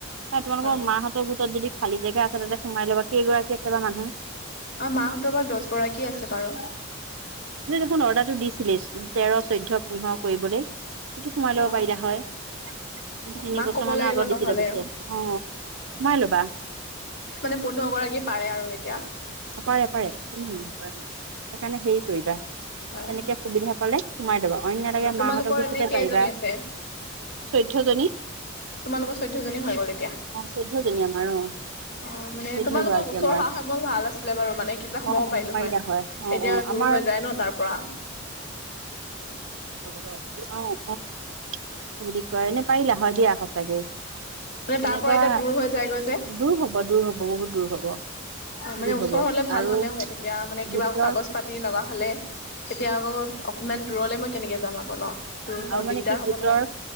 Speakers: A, on the right; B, on the left.
A: তোমালোকৰ
B: হয়
A: মাহঁতৰ গোটত যদি খালী জেগা আছে তাতে সোমাই ল'বা। কেইগৰাকী আছে বা মানুহে?
B: অ মাহঁতৰ পৰা দহ গৰাকী আছে বাৰু।
A: চোন অৰ্ডাৰটো দিছিলে তেৰ, চৈধ্য, পোন্ধৰ কৰিবলৈ। সেইটো সোমাই ল'ব
B: অ
A: পাৰিলা হয়। তিনি
B: মাক
A: বছৰ
B: ক'ব
A: মানৰ
B: লাগিব
A: আগত দিছিলে
B: নহ'লে
A: পিছে, অ মাই ল'বা।
B: মানে পোন্ধৰ গৰাকী পাৰে আৰু এতিয়া
A: অ পাৰে পাৰে, উম। সেইকাৰণে হেৰি কৰিবা,
B: হয়
A: তেনেকে সুবিধা পালে সোমাই ল'বা। অন্য
B: হয়
A: লাগে
B: হয় তোমালোকৰ
A: মাহঁতক গোটোতে
B: এনে কেইজনী
A: পাৰিবা।
B: আছে
A: চৈধ্যয়জনী
B: তোমালোকৰ চৈধ্যজনী হৈ গলে
A: অ চৈধ্য জনি আমাৰ অ।
B: অ মানে
A: চৈধ্য
B: তোমালোকৰ
A: গৰাকী
B: ওচৰ
A: আমাৰ
B: হোৱা হয় মোৰ ভাল আছিলে বাৰু মানে, কেইটা সমাবো
A: অ অ
B: পাৰিলো
A: পাৰিলা
B: হয়,
A: অ
B: এতিয়া
A: অ আমাৰ
B: দূৰ হৈ যায় ন তাৰ পৰা।
A: <inaudible> অহ অ <unintelligible> এনে পাৰিলা হয় দিয়া সঁচাকে। তেনেকুৱা,
B: মানে তাৰ পৰা এতিয়া দূৰ হৈ যায়গৈ যে
A: দূৰ হ'ব, দূৰ হ'ব, বহুত দূৰ হ'ব।
B: মানে
A: দূৰ
B: ওচৰ
A: হ'ব
B: হ'লে ভাল
A: আৰু
B: হলে হয়, তেতিয়া মানে কিবা
A: গোটৰ
B: আকৌ কাগজ পাতি লগা হ'লে তেতিয়া আকৌ অ ইমান দূৰলৈ মই কেনেকে যাম আকৌ ন। দূৰ
A: আৰু মানে
B: দিগদাৰ
A: কি
B: হ'ব
A: গোটৰ,
B: নহয়